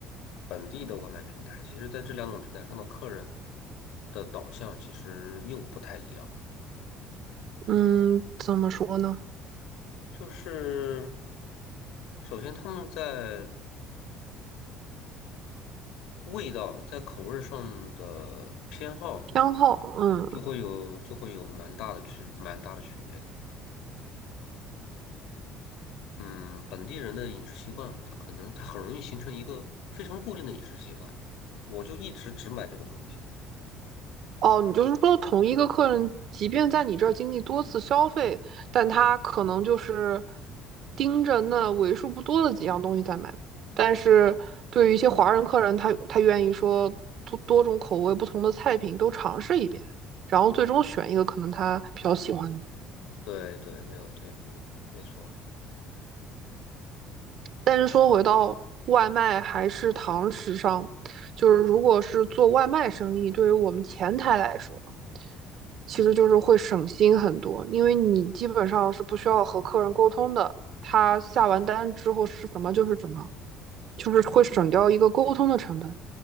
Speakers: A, on the left; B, on the right.
A: 本地的外卖平台。其实，在这两种平台上的客人的导向其实又不太一样。
B: 嗯，怎么说呢？
A: 就是首先他们在味道在口味上的偏好
B: 偏好，嗯
A: 就会有就会有蛮大的区蛮大的区别的。嗯，本地人的饮食习惯，他可能他很容易形成一个非常固定的饮食习惯。我就一直只买这个东西。
B: 哦，你就是说同一个客人，即便在你这儿经历多次消费，但他可能就是盯着那为数不多的几样东西在买。但是对于一些华人客人，他他愿意说多多种口味、不同的菜品都尝试一遍，然后最终选一个可能他比较喜欢的。
A: 对对，没有对，没没错。
B: 但是说回到外卖还是堂食上，就是如果是做外卖生意，对于我们前台来说，其实就是会省心很多，因为你基本上是不需要和客人沟通的，他下完单之后是什么就是什么。就是会省掉一个沟通的成本。